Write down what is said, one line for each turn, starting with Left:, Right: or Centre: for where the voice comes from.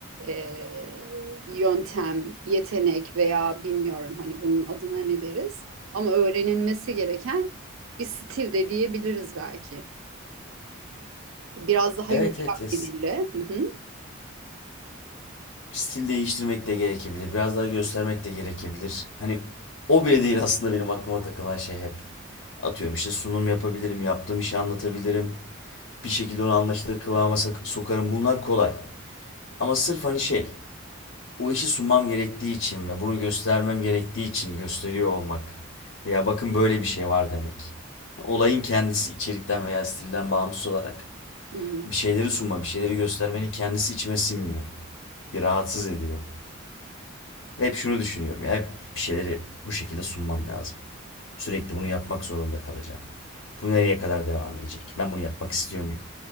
Right: e, yöntem, yetenek veya bilmiyorum hani bunun adına ne deriz. Ama öğrenilmesi gereken bir stil de diyebiliriz belki. Biraz daha
Left: Evet,
Right: yumuşak
Left: evet, ya
Right: bir dille. Hı hı.
Left: Stil değiştirmek de gerekebilir. Biraz daha göstermek de gerekebilir. Hani o bile değil aslında benim aklıma takılan şey hep. Atıyorum işte sunum yapabilirim, yaptığım işi anlatabilirim. Bir şekilde onu anlaşılır kıvama sokarım. Bunlar kolay. Ama sırf hani şey, o işi sunmam gerektiği için ve bunu göstermem gerektiği için gösteriyor olmak. Veya bakın böyle bir şey var demek. Olayın kendisi içerikten veya stilden bağımsız olarak
Right: Hı hı.
Left: bir şeyleri sunma, bir şeyleri göstermenin kendisi içime sinmiyor. Bir rahatsız ediyor. Ve hep şunu düşünüyorum. Ya hep bir şeyleri bu şekilde sunmam lazım. Sürekli bunu yapmak zorunda kalacağım. Bu nereye kadar devam edecek? Ben bunu yapmak istiyor muyum?